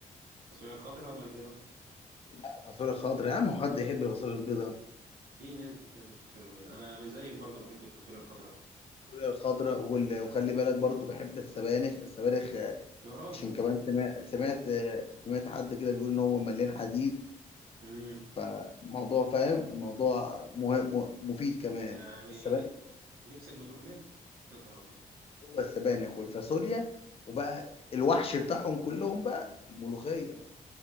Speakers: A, on the right (about 80°); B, on the left (about 40°).
A: الفاصوليا الخضراء ولا البيضاء
B: الفاصوليا الخضراء يا عم هو حد يحب الفاصوليا البيضاء
A: في ناس بتحب الفاصوليا البيضاء انا زيك برضه بحب الفاصوليا الخضراء اكتر
B: الفاصوليا الخضراء وال... وخلي بالك برضو بحب السبانخ السبانخ آه،
A: يا راجل
B: عشان كمان سمعت
A: بت...
B: سمعت آه، سمعت حد كده بيقول إن هو مليان حديد
A: امم
B: فموضوع فاهم الموضوع مه... م- مفيد كمان
A: يعني
B: السبانخ
A: ن... نفسك بتروح ليه يا نهار ابيض
B: هو السبانخ والفاصوليا وبقى الوحش بتاعهم كلهم بقى الملوخيه